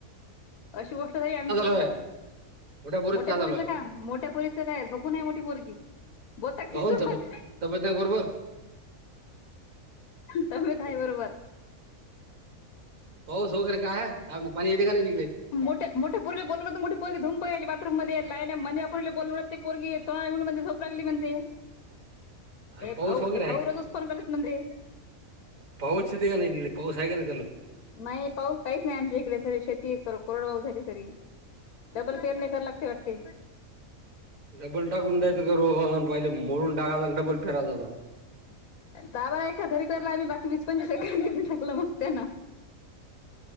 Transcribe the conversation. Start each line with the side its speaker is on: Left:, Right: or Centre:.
Left: अशी गोष्ट झाली, आमची,
Right: आहे पोरीत
Left: मोठ्या
Right: काय
Left: पोरीच
Right: झालं आहे
Left: का, मोठ्या पोरी च काय झोपून आहे, मोठी पोरगी, बोलताका
Right: काहून
Left: तिच्या सोबत,
Right: तब्येत तब्येत नाही बरोबर
Left: त्याब्येत आहे, बरोबर,
Right: पाऊस वगैरे काय आहे, पाणी येते की नाही तिकडे,
Left: मोठे मोठे पोरीला बोलत मोठी पोरीधूम पळाली, बाथरू मध्ये लाईन मधल्या पोरीला बोलून ते पोरीगी, <unintelligible> झोप लागली म्हणते,
Right: <unintelligible>
Left: हे
Right: पाऊस
Left: भाऊ,
Right: वगैरे
Left: हे
Right: आहे
Left: भाऊ रोजच फोन करत म्हणते,
Right: पाऊस च येते की नाही तिकडे, पाऊस आहेकी नाही तचालू,
Left: नाही पाऊस काहीच नाही आमच्या इकडे, सारी शेती कोरडऊ झाली सगळी, डबल पेरनी करवी, लागते वाटते,
Right: डबल टाकून द्ययच, का रो पहिले मोडून टाकायला, आणि डबल फेरारत,
Left: दा बाए का घरी पेरला आम्ही, बाकी वीस पंचवीस एक टाकलं मग त्यांना.